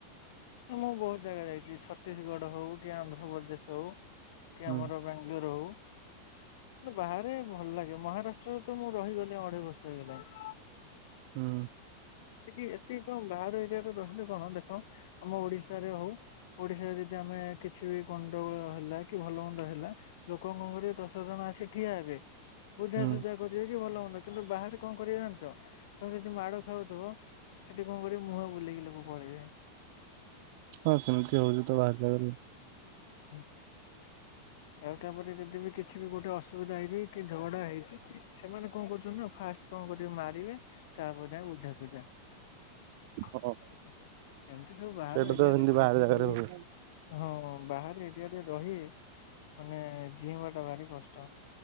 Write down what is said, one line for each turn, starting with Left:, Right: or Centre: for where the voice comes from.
Left: ମୁଁ ବହୁତ ଜାଗା ଯାଇଛି ଛତିଶଗଡ଼ ହଉ କି ଆନ୍ଧ୍ରପ୍ରଦେଶ ହଉ। କି
Right: ହୁଁ
Left: ଆମର ବାଙ୍ଗାଲୋର ହଉ। ବାହାରେ ଭଲ ଲାଗେ ମହାରାଷ୍ଟ୍ରରେ ତ ମୁଁ ରହିଗଲି ଅଢ଼େଇ ବର୍ଷ ହେଇଗଲାଣି।
Right: ହୁଁ।
Left: ସେଠି ଏତିିକି କଣ ବାହାର ଏରିଆରେ ରହିଲୁ କଣ ଦେଖ ଆମ ଓଡ଼ିଶାରେ ହଉ ଓଡ଼ିଶାରେ ଯଦି ଆମେ କିଛି ବି ଗଣ୍ଡଗୋଳ ହେଲା କି ଭଲ ମନ୍ଦ ହେଲା। ଲୋକଙ୍କ ଘରେ ଦସ ଜଣ ଆସି ଠିଆ ହେବେ। ବୁଝାସୁଝା
Right: ହୁଁ
Left: କରିବେ କି ଭଲ ମନ୍ଦ କିନ୍ତୁ ବାହାରେ କଣ କରିବେ ଜଣିଛ ତମେ ଯଦି ମାଡ଼ ଖାଉଥିବ ସେଠି କଣ କରିବି ମୁହଁ ବୁଲେଇକି ଲୋକ ପଳେଇବେ।
Right: ହଁ ସେମିତି ହଉଛି ତ ବାହାର ଜାଗାରେ।
Left: ହଁ। ଆଉ ତାପରେ ଯଦି ବି କିଛି ବି ଗୋଟେ ଅସୁବିଧା ହେଇଛି କି ଝଗଡ଼ା ହେଇଛି ସେମାନେ କଣ କରୁଛନ୍ତି ନା ଫାଷ୍ଟ କଣ କରିବେ ମାରିବେ ତାପରେ ଯାହା ବୁଝା ସୁୁଝା ଏମିତି
Right: ହଁ
Left: ସବୁ ବାହାର
Right: ସେଇଟା
Left: ଏରିଆରେ
Right: ତ ଏମିତି
Left: ରହିବା
Right: ବାହାର ଜାଗାରେ
Left: ବି
Right: ହୁଏ।
Left: ହଁ ବାହାରେ ଏରିଆରେ ରହି ମାନେ ଜିଇଁବା ଟା ଭାରି କଷ୍ଟ